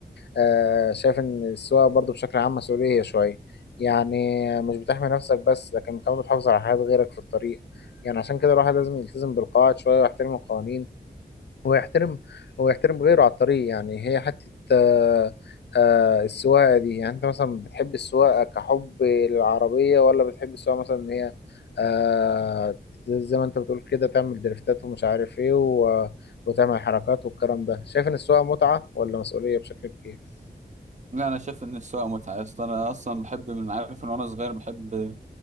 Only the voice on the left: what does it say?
آه شايف ان السواقه برضه بشكل عام مسؤوليه شويه يعني مش بتحمي نفسك بس لكن كمان بتحافظ على حياه غيرك في الطريق يعني عشان كده الواحد لازم يلتزم بالقواعد شويه ويحترم القوانين هو يحترم هو يحترم غيره على الطريق يعني هي حتة آه، آه، السواقة دي يعني انت مثلا بتحب السواقة كحب للعربية ولا بتحب السواقة مثلا ان هي آه، زي ما انت بتقول كده تعمل دريفتات ومش عارف ايه و- وتعمل حركات والكلام ده شايف ان السواقة متعة ولا مسؤولية بشكل كبير